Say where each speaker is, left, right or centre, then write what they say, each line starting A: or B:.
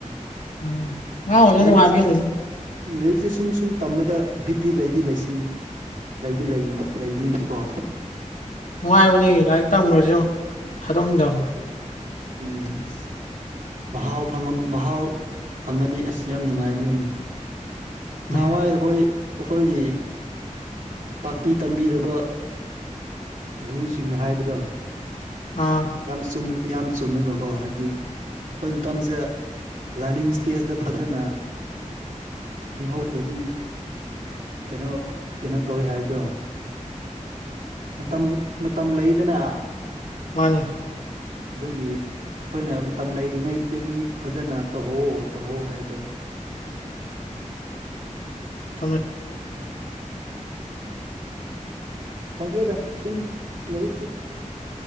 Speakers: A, on the left; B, on the right.
A: ꯎꯝ ꯑꯉꯥꯡ ꯑꯣꯏꯕꯅ
B: ꯂꯥꯏꯔꯤꯛꯁꯤ
A: ꯅꯨꯡꯉꯥꯏꯕ ꯍꯦꯜꯂꯤꯗ
B: ꯂꯥꯏꯔꯤꯛꯁꯤ ꯁꯨꯝ ꯁꯨꯝ ꯇꯝꯕꯗ ꯕꯤꯠꯇꯤ ꯂꯩꯗꯤ ꯂꯩꯁꯤꯟ ꯂꯩꯗꯤ ꯂꯩ ꯂꯩꯕꯅꯤꯅꯀꯣ
A: ꯅꯨꯡꯉꯥꯏꯕꯅꯤ ꯂꯥꯏꯔꯤꯛ ꯇꯝꯈ꯭ꯔꯁꯨ ꯊꯥꯗꯣꯛꯅꯤꯡꯗꯕ
B: ꯎꯝ ꯑꯁ ꯃꯍꯥꯎ ꯐꯪ ꯃꯍꯥꯎ ꯐꯪꯉꯗꯤ ꯑꯁ ꯌꯥꯝ ꯅꯨꯡꯉꯥꯏꯕꯅꯤꯅꯤ ꯅꯍꯥꯟꯋꯥꯏ
A: ꯎꯝ
B: ꯑꯩꯈꯣꯏ ꯑꯈꯣꯏꯒꯤ ꯇꯥꯛꯄꯤ ꯇꯝꯕꯤꯔꯕ ꯒꯨꯔꯨꯁꯤꯡꯅ ꯍꯥꯏꯕꯗꯣ
A: ꯑꯥ
B: ꯌꯥꯝ ꯆꯨꯝ ꯌꯥꯝ ꯆꯨꯝꯃꯦꯕꯀꯣ ꯍꯥꯏꯗꯤ ꯑꯩꯈꯣꯏ ꯃꯇꯝꯁꯦ ꯂꯥꯔꯅꯤꯡ ꯏꯁꯇꯦꯖꯇ ꯐꯖꯅ ꯈꯪꯍꯧꯗ꯭ꯔꯗꯤ ꯀꯩꯅꯣ ꯀꯩꯅꯣ ꯇꯧꯋꯤ ꯍꯥꯏꯕꯗꯣ ꯃꯇꯝ ꯃꯇꯝ ꯂꯩꯗꯅ
A: ꯃꯥꯟꯅꯤ
B: ꯑꯗꯨꯒꯤ ꯑꯩꯈꯣꯏꯅ ꯃꯇꯝ ꯂꯩꯔꯤꯉꯩꯗꯗꯤ ꯐꯖꯅ ꯇꯧꯍꯧꯋꯣ ꯇꯧꯍꯧ ꯍꯥꯏꯕꯗꯣ
A: <unintelligible>
B: ꯈꯪꯗ꯭ꯔꯦꯗ ꯁꯨꯝ ꯂꯥꯏꯔꯤꯛꯁꯨ